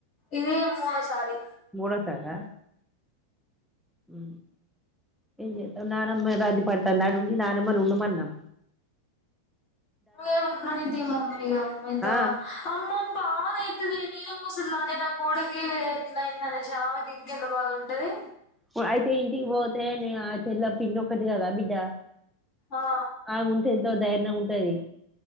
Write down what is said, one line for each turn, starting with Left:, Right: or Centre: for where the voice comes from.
Left: ఇది మూడో సారి
Centre: మూడో సారా ఉ ఏ చేత ననమ్మది పడుతా నాడు ఉండి ననమ్మని ఉండుమన్నం
Left: ఏమున్నది మమ్మీ ఇగ ఎంతా
Centre: ఆ
Left: అమ్మో బాదై ది నేను ముసల్దానే నా కోడికి ఇట్లాయిందనేసి ఆమెకి ఇంకెంత బాధ ఉంటది
Centre: వ అయితే ఇంటికి బో నేనే గా ఆ చెల్ల పిన్నొక్కటి కదా బిడ్డ
Left: ఆ
Centre: ఆముంటే ఎంతో ధైర్నం ఉంటది